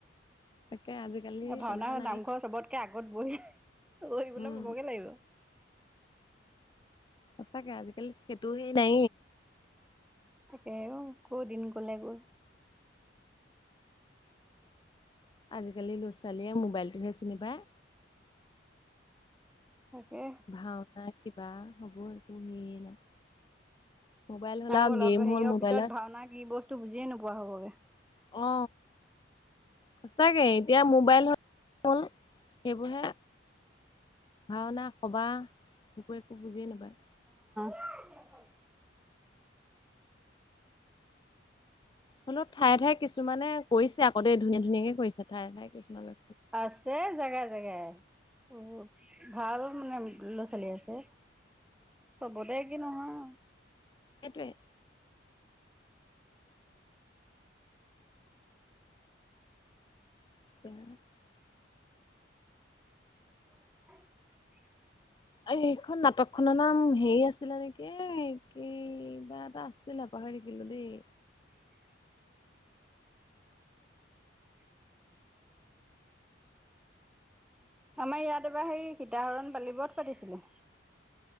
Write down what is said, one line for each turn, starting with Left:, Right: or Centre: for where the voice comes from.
Left: তাকে আজিকালি
Centre: এ ভাওনা
Left: তেনেকুৱা নাই
Centre: নামঘৰ চবতকে আগত বহি বহিবলৈ
Left: উম,
Centre: পাবগে লাগিব।
Left: সঁচাকে আজিকালি সেইটো সেই নাই।
Centre: তাকে ও ক দিন কলে গ'ল। <inaudible>
Left: আজিকালি ল'ৰা ছোৱালীয়ে মোবাইলটোহে চিনি পায়।
Centre: তাকে
Left: ভাওনা কিবা হ'ব একোয়েই নাই। মোবাইল হ'ল
Centre: আৰু অলপ
Left: গেম
Centre: হেৰিয়ৰ
Left: হ'ল মোবাইলত
Centre: পিছত ভাওনা কি বস্তু বুজিয়ে নোপোৱা হ'বগে। <inaudible>
Left: অ সঁচাকে এতিয়া মোবাইল হ'ল সেইবোৰহে। ভাওনা কবা একো একো বুজিয়ে নাপায়।
Centre: <unintelligible>
Left: হলেও ঠায়ে ঠায়ে কিছুমানে কৰিছে আগতে ধুনীয়া ধুনীয়াকে কৰিছে ঠায়ে ঠায়ে কিছুমানে।
Centre: আছে জেগাই জেগাই ব ভাল- মানে ল'ৰা- ছোৱালী আছে চবতে কি নহয়।
Left: সেইটোৱে। <inaudible>
Centre: <unintelligible>
Left: এইখন নাটক খনৰ নাম হেৰি আছিলে নেকি কিবা এটা আছিলে পাহৰি থাকিলোঁ দেই।
Centre: <inaudible> আমাৰ ইয়াত এবাৰ সেই সীতাহৰণ বালি বত পাতিছিলো।